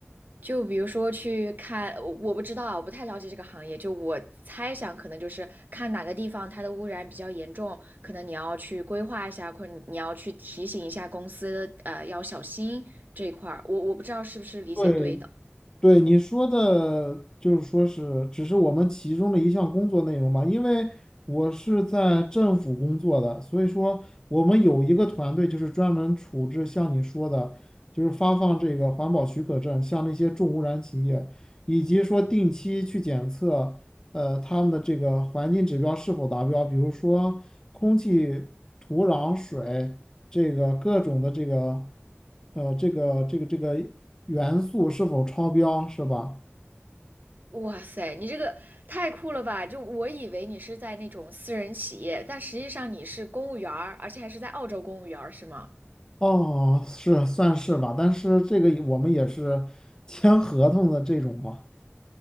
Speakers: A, on the right (about 45°); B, on the left (about 15°).
A: 就比如说去看，我我不知道啊我不太了解这个行业。就我猜想，可能就是看哪个地方它的污染比较严重，可能你要去规划一下，或者你你要去提醒一下公司，呃，要小心这一块儿。我我不知道是不是理解对的。
B: 对，对你说的，就是说是只是我们其中的一项工作内容吧，因为我是在政府工作的，所以说我们有一个团队就是专门处置像你说的，就是发放这个环保许可证，像那些重污染企业，以及说定期去检测。呃，他们的这个环境指标是否达标，比如说空气、土壤、水，这个各种的这个，呃，这个这个这个元素是否超标，是吧？
A: 哇塞，你这个太酷了吧！就我以为你是在那种私人企业，但实际上你是公务员儿，而且还是在澳洲公务员儿，是吗？
B: 哦，是算是吧，但是这个我们也是 <laughs> 签合同的这种嘛，